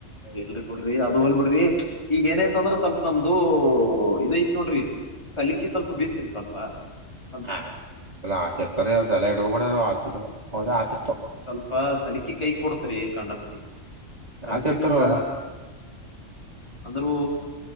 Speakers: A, on the left; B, on the right.
A: ಎಲ್ರಿ ಬಿಡ್ರಿ ಅದು ಹೋಗ್ಲಿ ಬಿಡ್ರಿ ಈಗ ಏನಾಯತ ಅಂದ್ರೆ ಸ್ವಲ್ಪ ನಮ್ದು ಇದ ಐತ್ ನೋಡ್ರಿ. ಸಲಕೆ ಸ್ವಲ್ಪ ಬಿತ್ರಿ ಸ್ವಲ್ಪ.
B: <unintelligible>
A: ಸ್ವಲ್ಪ
B: ಅವೆಲ್ಲ ಆತಿರ್ತವ
A: ಸ್ವಲ್ಪ ಸಲಕೆ ಕೈ ಕೊಡ್ತರಿ ಕಾಂಡಪಟ್ಟಿ. ಸರಿಕೆ
B: ಆತಿರ್ತಾರ
A: ಮ್ಯಾಗ
B: ಅವಲ್ಲ
A: ಅಂದ್ರೂ.